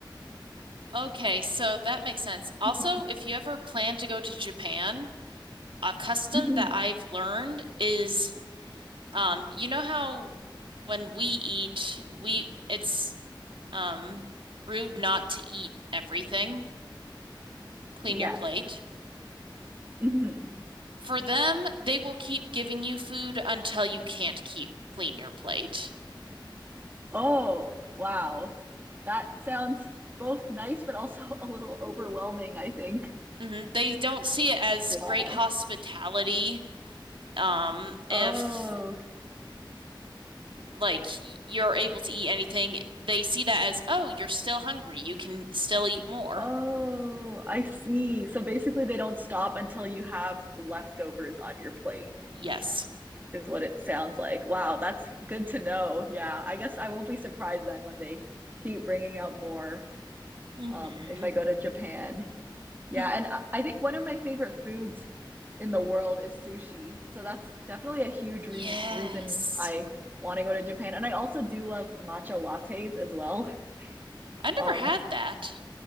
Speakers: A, on the right; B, on the right.
A: Okay, so that makes sense. Also,
B: Mhm.
A: if you ever plan to go to Japan, a custom
B: Mhm.
A: that I've learned is, um, you know how when we eat, we it's Um, rude not to eat everything. Clean
B: Yes.
A: your plate.
B: hmm
A: For them, they will keep giving you food until you can't keep clean your plate.
B: Oh, wow. That sounds both nice but also <laughs> a little overwhelming, I think.
A: Mhm. They don't see it as
B: Wow.
A: great hospitality. Um, if
B: Oh,
A: like you're able to eat anything, they see that as, oh, you're still hungry. You can still eat more.
B: oh, I see. So basically, they don't stop until you have leftovers on your plate.
A: Yes.
B: is what it sounds like. Wow, that's good to know. Yeah, I guess I won't be surprised then when they keep bringing out more
A: hmm
B: um, if I go to Japan.
A: <laughs>
B: Yeah, and I- think one of my favorite foods in the world is sushi. So that's definitely a huge re-
A: Yes.
B: reason I want to go to Japan. And I also do love matcha lattes as well.
A: I've never
B: Um,
A: had that.